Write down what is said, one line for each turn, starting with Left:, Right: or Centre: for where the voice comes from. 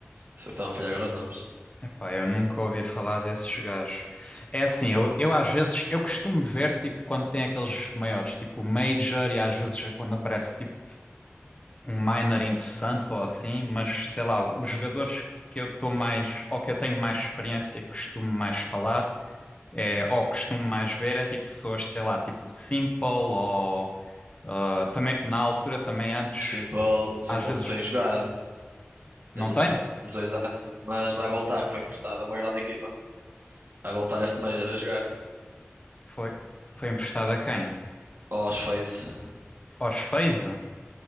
Right: Só que estava a falhar agora os nomes.
Left: Epá, eu nunca ouvi falar desses gajos. É assim, eu, eu às vezes, eu costumo ver tipo quando tem aqueles maiores, tipo o Major e às vezes quando aparece tipo um minor interessante ou assim, mas sei lá, os jogadores que eu estou mais, ou que eu tenho mais experiência, que costumo mais falar, é, ou costumo mais ver, é tipo pessoas, sei lá, tipo Simple ou Ah, também, na altura, também antes,
Right: Simple, Simple
Left: às vezes
Right: não tem jogado
Left: não
Right: nestes
Left: tem.
Right: últimos dois anos, mas vai voltar, que foi emprestado a uma grande equipa. Vai voltar este Major a jogar.
Left: Foi, foi emprestado a quem?
Right: Aos Faze.
Left: Aos FaZe.